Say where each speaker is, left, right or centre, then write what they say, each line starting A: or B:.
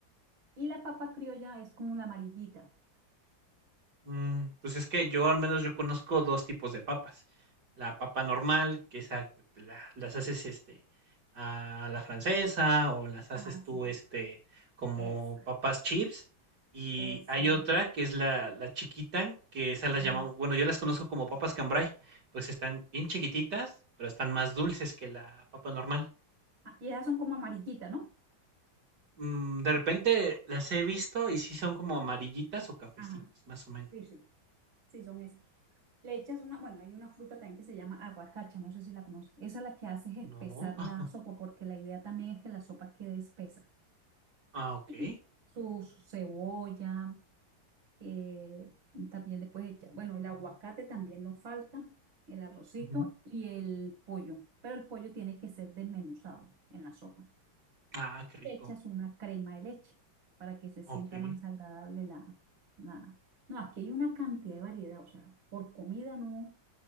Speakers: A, on the right; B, on the right.
A: y la papa criolla es como la amarillita.
B: Mm, pues es que yo al menos yo conozco dos tipos de papas. La papa normal, que esa la- las haces este a la francesa o las haces
A: Ajá,
B: tú
A: sí,
B: este como
A: esa,
B: papas chips. Y
A: esa
B: hay
A: es
B: otra
A: la
B: que es la, la chiquita, que esas las
A: amarilla.
B: llamamos, bueno, yo las conozco como papas cambray, pues están bien chiquititas, pero están más dulces que la papa normal.
A: Ah, y esas son como amarillitas, ¿no?
B: Mm, de repente las he visto y sí son como amarillitas o cafecitas,
A: Ajá,
B: más o menos.
A: sí, sí. Sí, son esas. Le echas una, bueno, hay una fruta también que se llama aguacacha, no sé si la conoces. Esa la que hace es espesar
B: No. Ah,
A: la sopa, porque la idea también es que la sopa quede espesa.
B: ah, okey.
A: Y Su, su cebolla, eh, también le puedes echar, bueno, el aguacate también no falta, el arrocito
B: Ujú.
A: y el pollo, pero el pollo tiene que ser desmenuzado en la sopa.
B: Ah, qué rico.
A: le echas una crema de leche para que se sienta
B: Okey.
A: más agradable la, la... No, aquí hay una cantidad de variedad, o sea, por comida no,